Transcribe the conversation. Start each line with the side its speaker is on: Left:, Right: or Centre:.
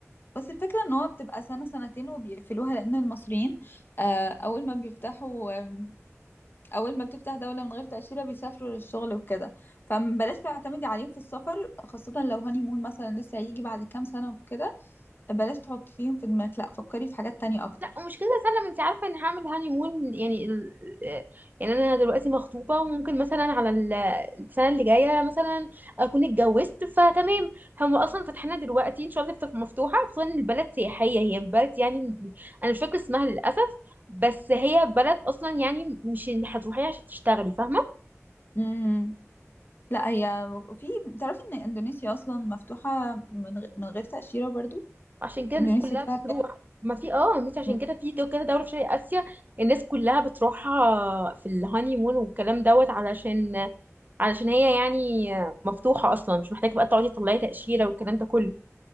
Left: بس الفكره ان هو بتبقى سنه سنتين وبيقفلوها لان المصريين آه، اول ما بيفتحوا آم، اول ما بتفتح دوله من غير تاشيره بيسافروا للشغل وكده فبلاش تعتمدي عليهم في السفر خاصه لو هاني مون مثلا لسه هيجي بعد كام سنه وكده بلاش تحطيهم في دماغك لا فكري في حاجات تانية اكتر
Right: لا ومش كده سلم انت عارفه اني هعمل هاني مون يعني ال... يعني انا دلوقتي مخطوبه وممكن مثلا على ال- السنه اللي جايه مثلا اكون اتجوزت فتمام هم اصلا فاتحينها دلوقتي ان شاء الله تفتح مفتوحه خصوصا ان البلد سياحيه هي بلد يعني م- انا مش فاكره اسمها للاسف بس هي بلد اصلا يعني مش هتروحيها عشان تشتغلي فاهمه
Left: امم لا هي في تعرفي ان اندونيسيا اصلا مفتوحة من غ... من غير تأشيرة برضو
Right: عشان كده الناس
Left: اندونيسيا
Right: كلها
Left: فيها
Right: بتروح
Left: بالي.
Right: ما في اه مش عشان
Left: مم.
Right: كده في دو كده دولة في شرق آسيا الناس كلها بتروحها في الهاني مون والكلام دوت علشان علشان هي يعني مفتوحة أصلا مش محتاجة بقى تقعدي تطلعي تأشيرة والكلام ده كله